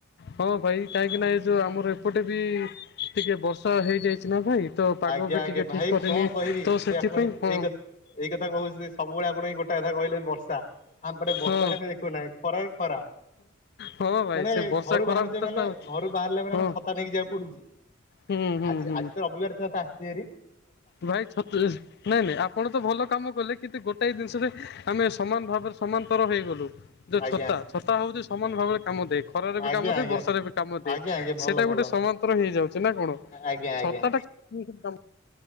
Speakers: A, on the left; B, on the left.
A: ହଁ ଭାଇ କାହିଁକି ନା ଏ ଯୋଉ ଆମର ଏପଟେ ବି ଟିକେ ବର୍ଷା ହେଇଯାଇଛି ନା ଭାଇ ତ ପାଗ
B: ଆଜ୍ଞା
A: ବି
B: ଆଜ୍ଞା
A: ଟିକିଏ
B: ଭାଇ
A: ଠିକ୍ କରିନି
B: କଣ କହିବି
A: ତ
B: ଭାଇ
A: ସେଥିପାଇଁ
B: ଆପଣ ଏଇ
A: ହଁ
B: କ ଏଇ କଥା କୋହୁଛି ସବୁବେଳେ ଆପଣ ଏଇ ଗୋଟାଏ କଥା କହିଲେ ବର୍ଷା। ଆମପଟେ ବର୍ଷା
A: ହଁ
B: କେବେ ଦେଖୁନାଇଁ ଖରା ହିଁ ଖରା।
A: ହଁ ଭାଇ
B: ମାନେ
A: ସେ ବର୍ଷା
B: ଘରୁ
A: ଖରା
B: ବାହାରୁଛେ
A: ଭିତରେ
B: ମାନେ
A: ତ
B: ଘରୁ ବାହାରିଲେ
A: ହଁ
B: ମାନେ ଆମେ ଛତା ନେଇକି ଯିବାକୁ ପଡୁଚି।
A: ହୁଁ ହୁଁ
B: ଆଜି
A: ହୁଁ
B: ଆଜି ତ ରବିବାର ଥିଲା ତ ଆସିଚି ଭାରି।
A: ଭାଇ ଛତୁ ଜରି ନାଇଁ ନାଇଁ ଆପଣ ତ ଭଲ କାମ କଲେ କିନ୍ତୁ ଗୋଟାଏ ଜିନିଷରେ ଆମେ ସମାନ ଭାବରେ ସମାନ୍ତର ହୋଇଗଲୁ। ଯୋଉ
B: ଆଜ୍ଞା
A: ଛତା ଛତା ହେଉଚି ସମାନ ଭାବରେ କାମ ଦିଏ ଖରାରେ ବି
B: ଆଜ୍ଞା
A: କାମ ଦିଏ
B: ଆଜ୍ଞା
A: ବର୍ଷାରେ ବି କାମ ଦିଏ
B: ଆଜ୍ଞା ଆଜ୍ଞା ଭଲ
A: ସେଟା ଗୋ
B: ଭଲ
A: ଗୋଟେ ସମାନ୍ତର ହେଇଯାଉଚି ନା କଣ
B: ଆଜ୍ଞା ଆଜ୍ଞା
A: ଛତା ଟା <unintelligible>